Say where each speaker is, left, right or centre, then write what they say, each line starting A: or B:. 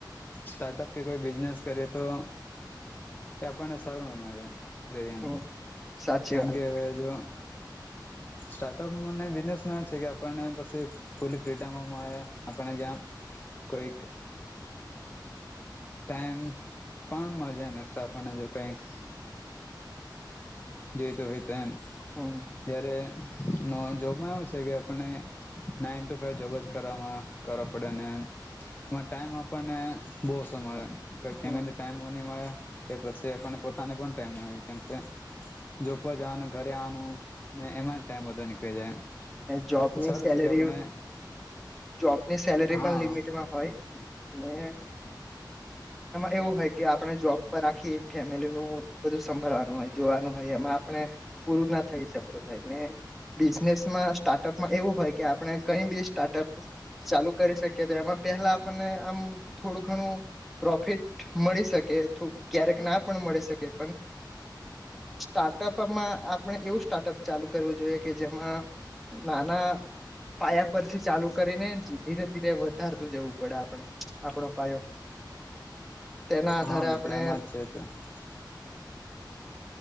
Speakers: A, on the left (about 25°); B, in the centre.
A: સ્ટાર્ટઅપ કે કોઈ બિઝનેસ કરીએ તો એ આપણને સારું <unintelligible> રે એમ
B: હમ સાચી
A: કેમ
B: વાત
A: કે હવે જો સ્ટાર્ટઅપમાં અને બિઝનેસમાં એમ છે, કે આપણને પછી ફુલ ફ્રીડમ મળે આપણને જ્યાં કંઈક ટાઈમ પણ મળી જાય ને <unintelligible> આપણને જો કઈક. જોઈતો હોય તો એમ.
B: હમ્મ.
A: જ્યારે <unintelligible> જોબમાં એવું છે, કે આપણને નાઈન ટુ જોબ જ કરવામાં કરવો પડે ને એમ એમાં ટાઈમ આપણને બહુ ઓછો મળે. કઈ ફેમિલી
B: હમ
A: ટાઈમ હઉ ની મળે એ પછી આપણને પોતાને પણ ટાઈમ ન હોય કેમ કે જોબ પર જવાનું ઘરે આવવાનું ને એમાં ટાઈમ બધો નીકળી જાય એમ.
B: અને જોબની
A: સારું
B: સેલેરીઓ
A: છે કે આપણે
B: જોબની સેલરી
A: હા
B: પણ લિમિટમાં હોય. ને એમાં એવું હોય કે આપણે જોબ પર આખી ફેમિલીનું બધું સંભાળવાનું હોય જોવાનું હોય એમાં પણ એ પૂરું ના થઈ શકતું હોય ને બિઝનેસમાં સ્ટાર્ટ ટૂંક માં એવું હોય કે આપણે બી સ્ટાર્ટઅપ ચાલુ કરી શકીએ તો એમાં પહેલા આપણને ને આમ થોડું ઘણું પ્રોફિટ મળી શકે <unintelligible> ક્યારેક ના પણ મળી શકે પણ સ્ટાર્ટઅપમાં આપણે એવું સ્ટાર્ટઅપ ચાલુ કરવું જોઈએ, કે જેમાં નાના પાયા પરથી ચાલુ કરીને ધીરે ધીરે વધારતું જવું પડે આપણે આપણો પાયો. તેના આધારે
A: હા
B: આપણે
A: <unintelligible>